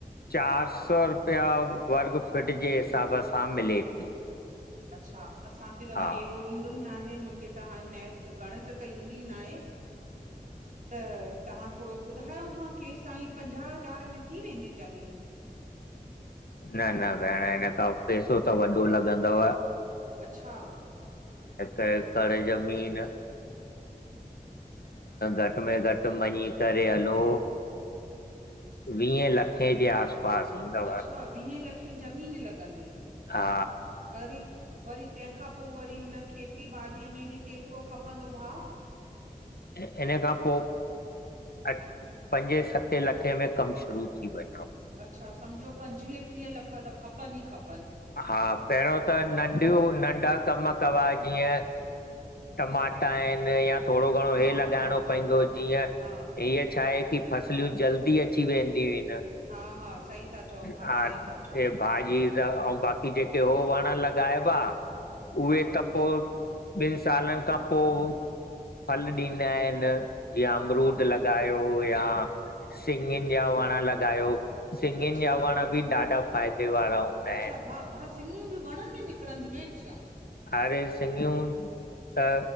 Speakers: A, on the left; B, on the right.
A: चारि सौ रुपिया वर्ग फुट जे हिसाब सां मिले थी
B: अच्छा असांखे त वरी
A: हा
B: एॾो ईंदो ई न आहे। मूंखे त हाणे गणित त ईंदी न आहे त तव्हां थोरो ॿुधायो पंजाह हज़ार में थी वेंदी ज़मीन
A: न न भेण हिन खां पैसो त वॾो लॻंदव
B: अच्छा
A: क कर ज़मीन घटि में घटि मञी करे हलो वीह लखे जे आस पास ईंदव
B: अच्छा वीहें ज़मीन लॻंदी,
A: हा
B: अरे वरी तहिं खां पो व हिन खेती बारी में बि केतिरो खपंदो भाउ
A: ऐं हिन खां पोइ अ पंजे सते लखे में कमु शुरू थी वञे
B: अच्छा सम्झो पंजवीह टीह लख त खपनि ई खपनि
A: हा पहिरियों त नंढियूं नंढियूं, हा ॿिया कम कबा जीअं टमाटा आहिनि या, थोड़ो घणो
B: हा
A: हे लॻाइणो
B: हा हा
A: पवंदो जीअं
B: हा
A: हीअ छा आहे की फसलियूं जल्दी अची वेंदियूं आहिनि।
B: हा हा सही था चओ भाउ
A: हा
B: सही था चओ
A: भाॼी त बाक़ी हो जेके हो वण लॻाइबा उहे
B: हा
A: त पोइ ॿिनि सालनि खां पोइ फल ॾींदा आहिनि। जीअं अमरूद
B: हा
A: लॻायो या सिंॻियुनि जा वणु लॻायो सिंॻियुनि
B: अच्छा
A: जा वण बि ॾाढा फ़ाइदे वारा हूंदा
B: अच्छा
A: आहिनि
B: भाउ भाउ सिंॻियुनि बि वणनि में निकिरंदियूं आहिनि छा?
A: अरे सिंॻियूं, त